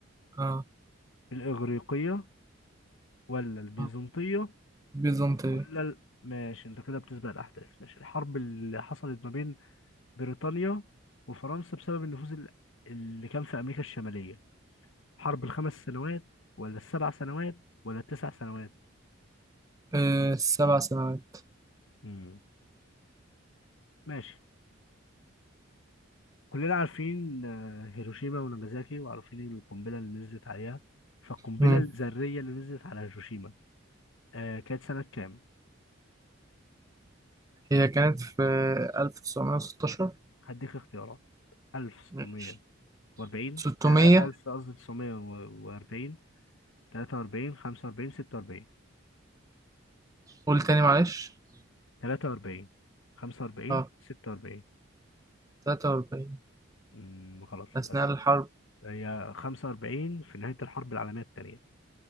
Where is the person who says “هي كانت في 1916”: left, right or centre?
Right